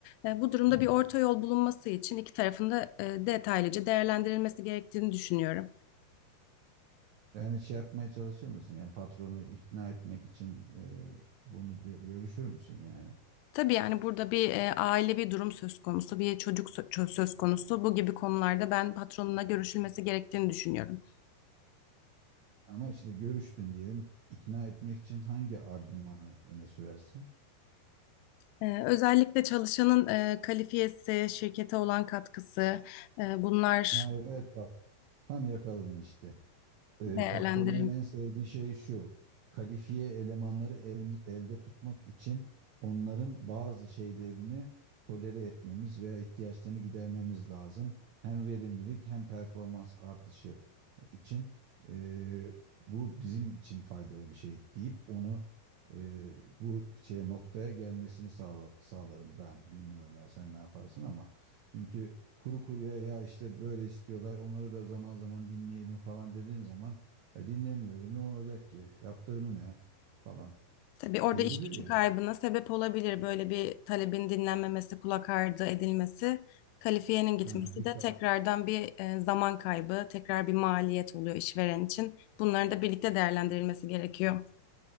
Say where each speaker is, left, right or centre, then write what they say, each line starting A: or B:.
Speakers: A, on the left; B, on the right.
A: E, Bu durumda bir orta yol bulunması için iki tarafın da e, detaylıca değerlendirilmesi gerektiğini düşünüyorum.
B: Yani şey yapmaya çalışır mısın? Yani patronu ikna etmek için e, bunu gö- görüşür müsün yani?
A: Tabii yani burada bir e, ailevi durum söz konusu, bir çocuk sö- söz konusu. Bu gibi konularda ben patronuna görüşülmesi gerektiğini düşünüyorum.
B: Ama işte görüştün diyelim. İkna etmek için hangi argümanı öne sürersin?
A: Ee, Özellikle çalışanın e, kalifiyesi, şirkete olan katkısı, e, bunlar
B: Ha evet bak tam yakaladın işte. Ee,
A: değerlendirilmeli.
B: patronların en sevdiği şey şu. Kalifiye elemanları el- elde tutmak için onların bazı şeylerini tolere etmemiz veya ihtiyaçlarını gidermemiz lazım. Hem verimlilik hem performans artışı için e, bu bizim için faydalı bir şey deyip onu e, bu şeye noktaya gelmesini sağla- sağlarım ben. Bilmiyorum ya sen ne yaparsın ama çünkü kuru kuruya ya işte böyle istiyorlar onları da zaman zaman dinleyelim falan dediğin zaman ya dinlemiyorum ne olacak ki yaptırımı ne falan
A: Tabii orada
B: diyebilir
A: iş gücü
B: yani.
A: kaybına sebep olabilir. Böyle bir talebin dinlenmemesi, kulak ardı edilmesi, kalifiyenin gitmesi
B: Ha, dikkat.
A: de tekrardan bir e, zaman kaybı, tekrar bir maliyet oluyor işveren için. Bunların da birlikte değerlendirilmesi gerekiyor.